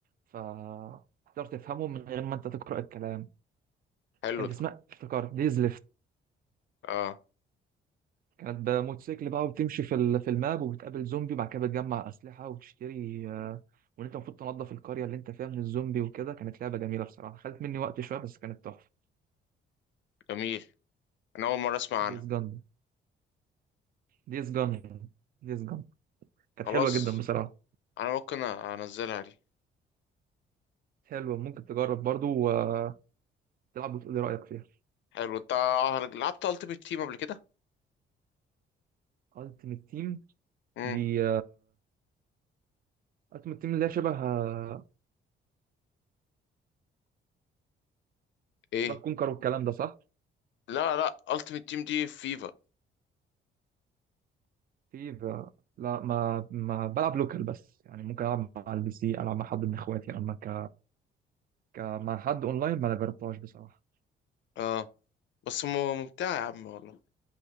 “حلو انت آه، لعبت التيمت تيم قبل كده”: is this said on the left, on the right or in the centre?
Left